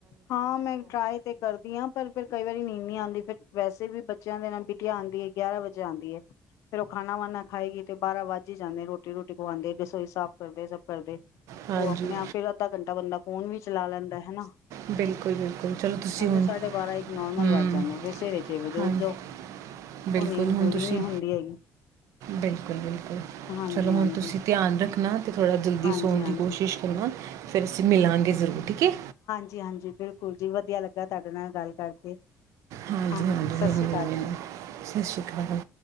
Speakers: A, on the left; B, on the right.
A: ਹਾਂ ਮੈਂ ਡਰਾਏ ਤੇ ਕਰਦੀ ਹਾਂ ਪਰ ਫਿਰ ਕਈ ਵਾਰੀ ਨੀਂਦ ਨ ਆਉਂਦੀ ਫਿਰ ਵੈਸੇ ਵੀ ਬੱਚਿਆਂ ਦੇ ਨਾਲ ਕਿੱਥੇ ਆਂਦੀ ਹੈ, ਗਿਆਰਾਂ ਵਜੇ ਆਉਂਦੀ ਹੈ, ਫੇਰ ਉਹ ਖਾਣਾ ਵੀ ਖਾਏਗੀ ਤੇ ਬਾਰਾਂ ਵੱਜ ਹੀ ਜਾਂਦੇ ਰੋਟੀ ਰੋਟੀ ਖਵਾਉਂਦੇ ਰਸੋਈ ਸਾਫ਼ ਕਰਦੇ ਸਭ ਕਰਦੇ।
B: ਹਾਂਜੀ
A: ਉਹ ਆਪਣੇ- ਆਪ ਫਿਰ ਅੱਧਾ ਘੰਟਾ ਬੰਦਾ ਫੋਨ ਵੀ ਚਲਾ ਲੈਂਦਾ ਹੈ ਹਨ
B: ਬਿਲਕੁਲ-ਬਿਲਕੁਲ ਚਲੋ ਤੁਸੀਂ ਹੁਣ,
A: ਸਾਢੇ ਬਾਰਾਂ ਇੱਕ ਨੋਰਮਲ
B: ਹਮ,
A: ਵੱਜ ਜਾਂਦੇ ਫਿਰ ਸਵੇਰੇ ਛੇ ਵਜੇ ਉੱਠ
B: ਹਾਂਜੀ
A: ਜਾਓ।
B: ਬਿਲਕੁਲ
A: ਉਹ ਨੀਂਦ
B: ਹੁਣ
A: ਪੂਰੀ
B: ਤੁਸੀਂ
A: ਨੀ ਹੁੰਦੀ ਹੈਗੀ
B: ਬਿਲਕੁਲ-ਬਿਲਕੁਲ
A: ਹਾਂਜੀ
B: ਚਲੋ ਹੁਣ
A: ਹਾਂਜੀ।
B: ਤੁਸੀਂ ਧਿਆਨ ਰੱਖਣਾ। ਥੋੜਾ ਜਲਦੀ
A: ਹਾਂਜੀ
B: ਸੌਣ
A: ਹਾਂਜੀ
B: ਦੀ ਕੋਸ਼ਿਸ਼ ਕਰਨਾ ਫੇਰ ਅਸੀਂ ਮਿਲਾਂਗੇ ਜ਼ਰੂਰ ਠੀਕ ਹੈ।
A: ਜੀ ਹਾਂਜੀ ਬਿਲਕੁਲ ਜੀ ਵਧੀਆ ਲੱਗਾ ਤੁਹਾਡੇ ਨਾਲੱ ਗੱਲ ਕਰ ਕਰਕੇ
B: ਹੂੰ-ਹੂੰ-ਹੂੰ,
A: ਹਾਂਜੀ ਸਤਿ ਸ਼੍ਰੀ ਅਕਾਲ ਜੀ
B: ਸਤਿ ਸ਼੍ਰੀ ਅਕਾਲ।